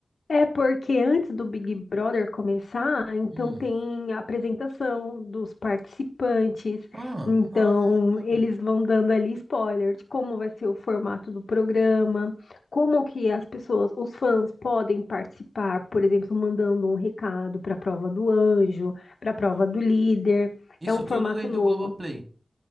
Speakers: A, on the left; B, on the right.
A: É porque antes do Big Brother começar, então
B: Hum.
A: tem a apresentação dos participantes,
B: Ah,
A: então
B: ah,
A: eles vão dando ali spoiler de como vai ser o formato do programa, como que as pessoas, os fãs podem participar, por exemplo, mandando um recado para a prova do anjo, para a prova
B: ah.
A: do líder.
B: Isso
A: É um
B: tudo
A: formato
B: dentro
A: novo.
B: do Globoplay.